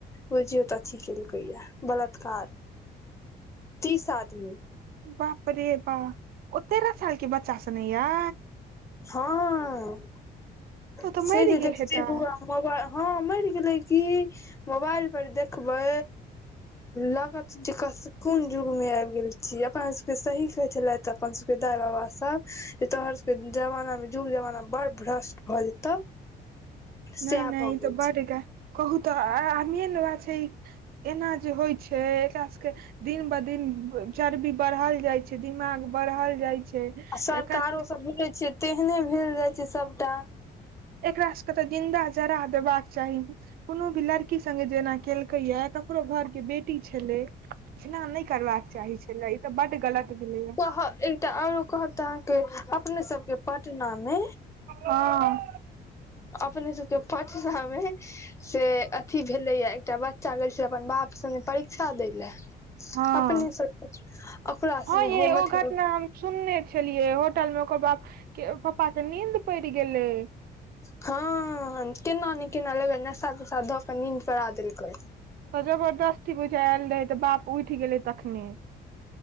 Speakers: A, on the left (about 15°); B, on the right (about 60°).
A: बुझियौ तऽ अथी केलकै ये बलात्कार तीस आदमी
B: बाप रे बा ओ तेरह साल के बच्चा सने यै
A: हाँ
B: तो तऽ
A: से
B: मरि
A: जे देखतियै
B: गेल हेतै
A: बौआ मोबाइल हँ मरि गेलै कि मोबाइल पर देखबै लागत जे कोन जुग मे आबि गेल छी अपना सब के सही कहै छेलै तऽ अपन सभ के दाई बाबा सभ जे तोहर सभ के जमाना मे जुग जमाना बड़ भ्रष्ट भऽ जेतौ सएह
B: नहि नहि
A: भऽ
B: ई
A: गेल
B: तऽ बड्ड
A: छै
B: ग कहू तऽ आदमीये ने वैह छै ऐना जे होइ छै एकरा सब के दिन ब दिन चर्बी बढ़ल जाय छै दिमाग बढ़ल जाय छै
A: आ सरकारो
B: एकरा
A: सब बुझै छियै तेहने भेल जाय छै सबटा
B: एकरा सबके तऽ जिन्दा जरा देबाक चाही कोनो भी लड़की संगे जेना केलकैये ककरो घर के बेटी छेलै एना नहि करबाक चाही छेलैये ई तऽ बड्ड गलत भेलैए
A: हाँ ऐ <unintelligible> तऽ आओरो कहब तऽ अहाँ के अपने सब के पटना मे
B: हँ
A: अपने सबके पटना मे से अथी भेलैये एकटा बच् चा गेल छेलै अपन बाप संगे परीक्षा दैय ले
B: हँ
A: अपने सबकुछ ओकरा सने
B: ये
A: हँ
B: ओ
A: मतलब
B: घटना हम सुनने छेलियै होटल मे ओकर बाप के पप्पा के नींद पड़ि गेलै
A: हँ केना नै केना लगैये नशा तशा दऽ कऽ नींद पड़ा देलकै
B: तऽ जबरदस्ती बुझाय एल रहै तऽ बाप उठि गेलै तखने